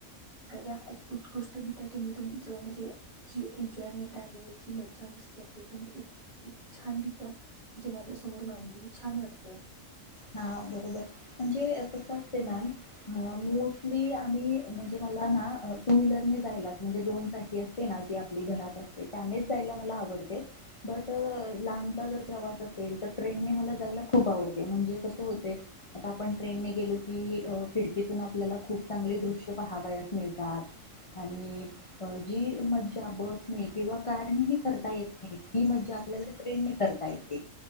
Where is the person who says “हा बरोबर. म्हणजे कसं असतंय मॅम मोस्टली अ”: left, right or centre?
Left